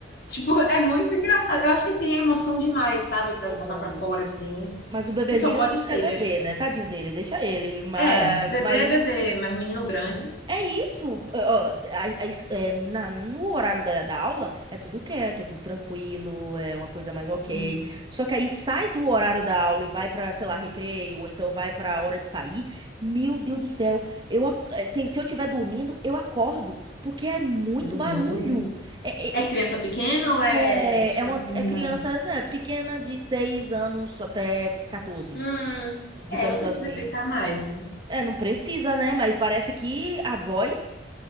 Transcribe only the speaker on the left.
Tipo, <laughs> é muito engraçado. Eu acho que ele tem emoção demais, sabe, Pra
botar pra fora assim,
que só pode ser,
minha filha.
É,
bebê é bebê, mas menino grande,
hum,
menino.
É criança
pequena ou é,
tipo,
menina
maior?
Hum,
é, não precisa
gritar mais, né?